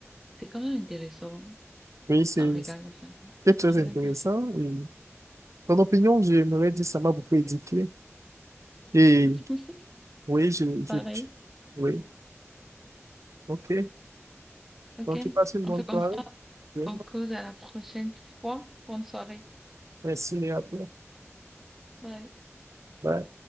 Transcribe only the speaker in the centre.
c'est quand même intéressant
quand on regarde ça.
C'est très
intéressant.
<laughs>
Pareil.
OK.
On
fait comme
ça.
On cause à la prochaine fois. Bonne soirée.
Bye.